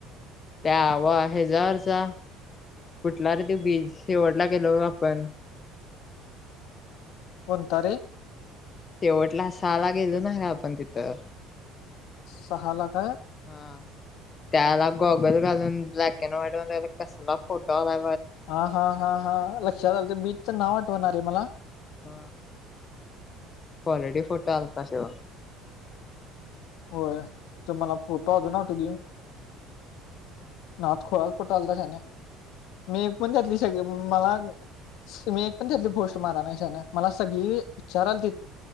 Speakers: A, on the left; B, on the left.
A: त्यावा हच्यावररचा कुठला र त बीज शेवडला गेलो आपण
B: होणता रे
A: शेवटला असाला गेलो ना का आपण तिथं
B: सहाला काय
A: ह त्याला गॉगल घालून ब्लॅक अँड व्हाईट कसला फोटो आला
B: हा हा हा हा लक्षात आलं बीच नाव होणार आहे मला
A: ह क्वालिटी फोटो आलफशव
B: होय तर मला फोटो अजूनून आठू देऊ नाद खोळाात फोटो आला तशाने मी एक पण घातली मला मी एक पण त्यातली गोष्ट मारा नाही त्याने मला सगळी विचारायल त